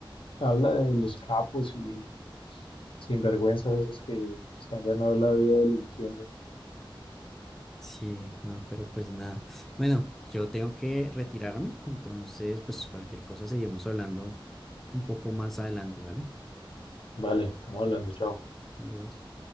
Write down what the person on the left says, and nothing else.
habla de los capos y sinvergüenzas esos que se han ganado la vida delinquiendo.
Vale, estamos hablando, chao.